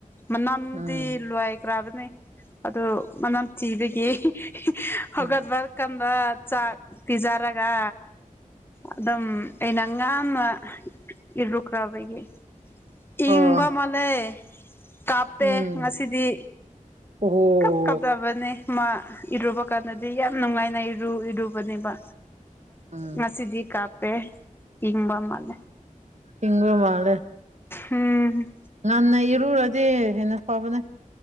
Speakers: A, on the left (about 15°); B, on the right (about 55°).
A: ꯃꯥꯅꯝꯗꯤ
B: ꯎꯝ ꯎꯝ
A: ꯂꯣꯏꯈ꯭ꯔꯕꯅꯤ ꯑꯗꯨ ꯃꯅꯝ ꯊꯤꯕꯒꯤ ꯍꯧꯒꯠꯄ
B: ꯎꯝ
A: ꯀꯟꯕ ꯆꯥꯛ ꯄꯤꯖꯥꯔꯒ ꯑꯗꯨꯝ ꯑꯩꯅ ꯉꯥꯃ ꯏꯜꯔꯨꯈ꯭ꯔꯕꯒꯤ
B: ꯑꯣ
A: ꯏꯪꯕ ꯃꯥꯂꯦ ꯀꯥꯞꯄꯦ
B: ꯎꯝ
A: ꯉꯁꯤꯗꯤ
B: ꯑꯣ
A: ꯀꯞ ꯀꯞꯄꯕꯅꯦ ꯃꯥ ꯏꯔꯨꯕ ꯀꯥꯟꯗꯗꯤ ꯌꯥꯝ ꯅꯨꯡꯉꯥꯏꯅ ꯏꯔꯨ ꯏꯔꯨꯕꯅꯦꯕ
B: ꯎꯝ
A: ꯉꯁꯤꯗꯤ ꯀꯥꯄꯦ ꯏꯕꯥ ꯏꯪꯕ ꯃꯥꯜꯂꯦ
B: ꯏꯪꯕ ꯃꯥꯂꯦ
A: ꯎꯝ
B: ꯉꯟꯅ ꯏꯔꯨꯔꯗꯤ ꯍꯦꯟꯅ ꯐꯕꯅꯦ